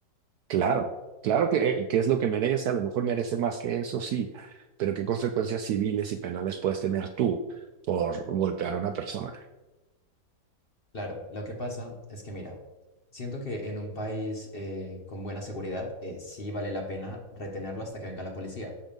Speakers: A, on the right (about 70°); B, on the left (about 35°).
A: Claro, claro que, eh, que es lo que merece, a lo mejor merece más que eso, sí, pero ¿qué consecuencias civiles y penales puedes tener tú por golpear a una persona?
B: Claro, lo que pasa es que mira, siento que en un país eh, con buena seguridad eh, sí vale la pena retenerlo hasta que venga la policía.